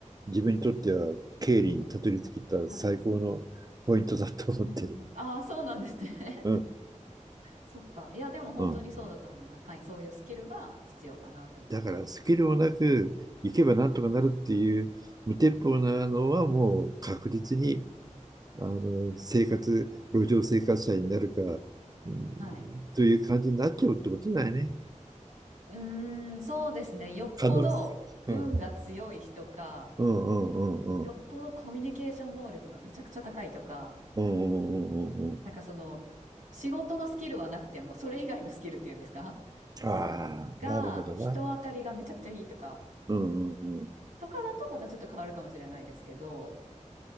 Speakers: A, on the right; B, on the right.
A: 自分にとっては経理にたどり着いた最高のポイントだと思ってる。
B: はい。うんうん、ああ、そうなんですね。<laughs>
A: うん、
B: そっか。いや、でも本当にそうだと思います。
A: うん。
B: はい。そういうスキルが必要かなって思います。
A: だからスキルもなく行けばなんとかなるっていう無鉄砲なのはもう確実にあの生活、路上生活者になるか、うん、
B: はい。
A: という感じになっちゃうってことだよね。
B: うーん、そうですね。よっぽど運が強い人か、
A: 可能性。うん。うんうんうんうん。
B: よっぽどコミュニケーション能力がめちゃくちゃ高いとか、
A: うんうんうんうん
B: なんかその仕事のスキルはなくてもそれ以外のスキルっていうんですか
A: うん。ああ、
B: が人当たりがめちゃくちゃいいとか
A: なるほどな。うんうんうん。
B: とかだとまたちょっと変わるかもしれないですけど、